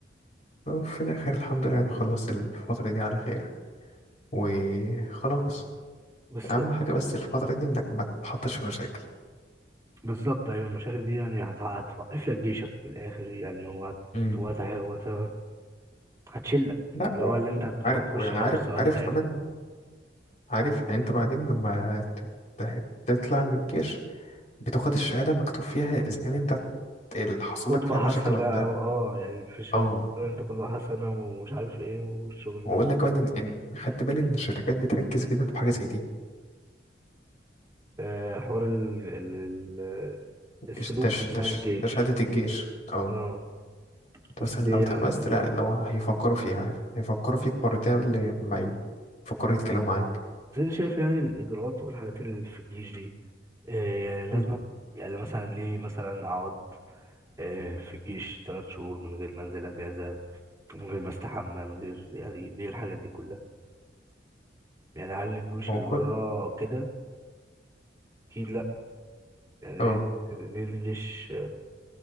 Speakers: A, on the left; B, on the right.
A: وفي الآخر الحمد لله يعني خلص الفترة دي على خير وخلاص
B: بس
A: أهم حاجة بس الفترة دي إنك ما تتحطش في مشاكل
B: بالظبط ايوه المشاغل دي يعني هت- هتوقف لك جيشك من الاخر يعني وهت
A: امم
B: وهت- وهت- هتشلك
A: لا
B: يعني اللي
A: وعارف
B: هو اللي انت هت- ممكن تخش
A: ويعني
B: حبس
A: عارف
B: وهتتعبك
A: عارف كمان عارف يعني انت بعدين لما ت- ت- تطلع من الجيش بتاخد الشهادة مكتوب فيها اذا كان انت اللي حصل
B: قدوة
A: لك فيها مشاكل
B: حسنة
A: ولا لا
B: او اه يعني في شباب
A: اه
B: انت قدوة حسنة ومش عارف ايه والشغل
A: واقول
B: ده
A: لك كمان ان إن خدت بالي ان الشركات بتركز جدا في حاجة زي دي
B: آه حوار ال... ال... ال... السلوك
A: إيش ده ش-
B: اثناء
A: ده ش-
B: الجيش
A: ده شهادة الجيش اه
B: اه
A: انت
B: بس
A: مثلا
B: ليه
A: لو اتحبست
B: يعني حاجة-
A: لا اللي هو هيفكروا فيها هيفكروا فيك مرتين قبل ما يفكروا يتكلموا معاك
B: بس انا شايف يعني الاجراءات والحاجات اللي في الجيش دي آه يعني لازم
A: مم.
B: يعني مثلا ليه مثلا اقعد آه في الجيش ثلاث شهور من غير ما انزل اجازة من غير ما استحمى من غير يعني ليه الحاجات دي كلها يعني هل الجيوش
A: هو
B: اللي
A: كل
B: بره كده اكيد لا يعني
A: اه
B: ليه ليه الجيش